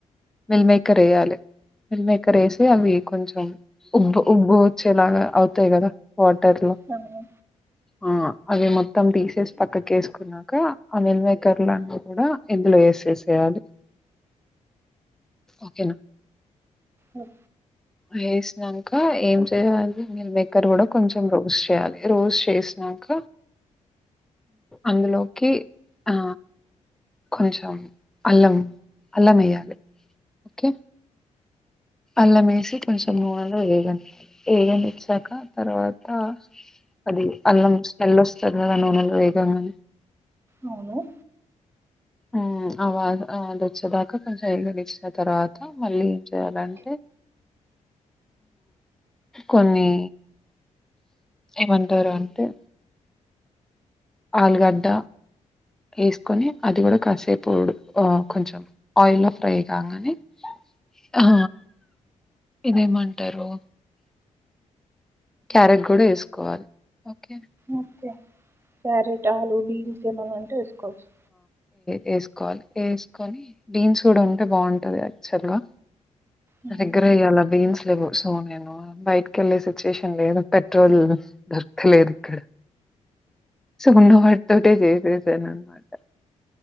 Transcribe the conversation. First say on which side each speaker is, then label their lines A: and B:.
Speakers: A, in the centre; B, on the right.
A: మిల్మేకర్ వేయాలి మిల్మేకర్ వేసి అవి కొంచెం ఉబ్బ ఉబ్బు వచ్చేలాగా అవుతాయి కదా వాటర్లో
B: అవును
A: ఆ అవి మొత్తం తీసే పక్కకు వేసుకున్నాక ఆ మిల్ మేకర్ల కూడా ఇందులో వేసేసేయాలి ఓకేనా
B: ఓ
A: వేసినాక ఏం చేయాలి బెక్కర్ కూడా కొంచెం రోస్ చేయాలి రోస్ చేసినాక అందులోకి ఆ కొంచెం అల్లం అల్లం వేయాలి ఓకే అల్లం వేసి కొంచెం నూనెలు వేగ వేగనిచ్చాక తర్వాత అది అల్లం స్మెల్ వస్తుంది కదా నూనెలో వేగంగా
B: అవును
A: అ అది వచ్చేదాకా కొంచెం ఇల్లుడిచ్చిన తర్వాత మళ్ళీ ఏం చేయాలంటే కొన్ని ఏమంటారు అంటె ఆలుగడ్డ వేసుకొని అది కూడా కాసేపుడు కొంచెం ఆయిల్లో ఫ్రై కాగానే ఆ ఇదేమంటారు క్యారెట్ కూడా వేసుకోవాలి ఓకే
B: ఓకే క్యారెట్ ఆలుూ బీన్స్ ఏమన్నాంటే వేసుకోవచ్చు
A: వేస్కోవాలి వేస్కొని బీన్స్ కూడా ఉంటే బాగుంటది యాక్చువల్ గా
B: అవును.
A: దగ్గరెయ్యాలా బీన్స్ లేవు సో నేను బైటికెళ్ళే సిచ్యుయేషన్ లేదు పెట్రోల్ దొర్ క్తలేదిక్కడ ఉన్నవాటితోనే చేసేసాననమాట